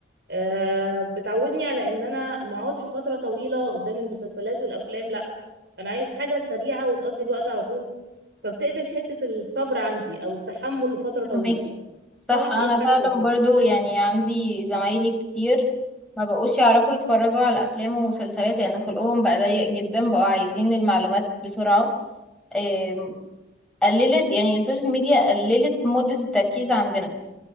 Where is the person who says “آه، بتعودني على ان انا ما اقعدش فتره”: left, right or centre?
Right